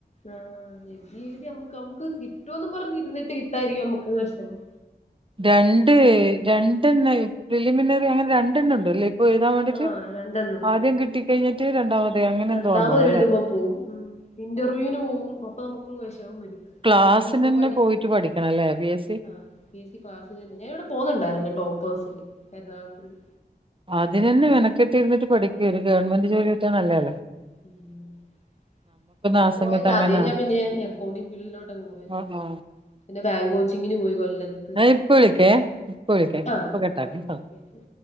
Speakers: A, on the left; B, on the right.
A: ആഹ് എഴുതി എഴുതി നമ്മുക്ക് നമക്ക് കിട്ടുവന്ന് പറഞ്ഞ ഇരുന്നിട്ട് കിട്ടാരിക്കും നമ്മുക്ക് വിഷമം.
B: രണ്ട് രണ്ടെണ്ണ ഫിലിമിനറി അങ്ങനെ രണ്ടെണ്ണണ്ടല്ലേ. എഴുതാൻ വേണ്ടിടെ
A: ആഹ് രണ്ടെണ്ണം ഉണ്ട്
B: ആദ്യം കിട്ടി കഴിഞ്ഞിട്ട് രണ്ടാമതേ അങ്ങനെ
A: രണ്ടാമത്
B: എന്തോ തോന്നല്ലേ.
A: എഴുതുമ്പോ പോവും ഉം ഇന്റർവ്യൂവിന് പോവും അപ്പൊ നമുക്ക് വിഷമം വരും
B: ക്ലാസ്സിനന്നെ
A: അപ്പൊ നമ്മള് പഠി
B: പോയിട്ട് പഠിക്കണല്ലേ പി എസ് സി.
A: ആഹ് പി എസ് സി ക്ലാസിനന്നെ ഞാനവിടെ പോകുന്നുണ്ടായിരുന്നുട്ടോ പ്പേഴ്സിൽ കരുനാഗപള്ളി.
B: അതിനന്നെ മെനക്കെട്ടിരിന്നിട്ട് പഠിക്ക് ഒരു ഗവൺമെന്റ് ജോലി കിട്ടിയാ നല്ലതല്ലോ.
A: ഉം ഞാൻ
B: ആ
A: പോയത
B: സമയത്ത് അങ്ങനാ
A: അതെ ഞാൻ പിന്നെ അക്കൗണ്ടിങ് ഫീൽഡിലോട്ട് അങ്ങ് പോയത്.
B: ആ ആ
A: പിന്നെ ബാങ്ക് കോച്ചിങ്ങിന് പോയി കൊല്ലത്ത്
B: ഞാൻ ഇപ്പ വിളിക്കേ ഇപ്പ വിളിക്കാം
A: ആഹ്
B: ഇപ്പൊ കട്ടാക്കാം
A: ഓകെ
B: ട്ടോ
A: കെ